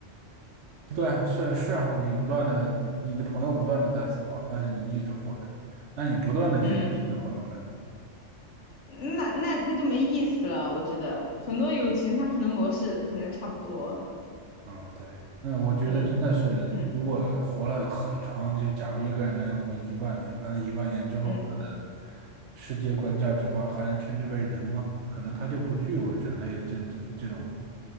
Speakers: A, on the right; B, on the left.
A: 对啊，是是啊，你不断的，你的朋友不断的在死亡，但是你一直活着，那你不断的去找新的朋友呢？
B: 嗯，那那那就没意思了，我觉得很多友情它可能模式可能差不多。
A: 嗯，对，那我觉得真的是，
B: 嗯嗯
A: 如果活了很长，就假如一个人能活一万年，那一万年之后，
B: 嗯，
A: 他的世界观、价值观还能称之为人吗？可能他就不具有人类的这这种、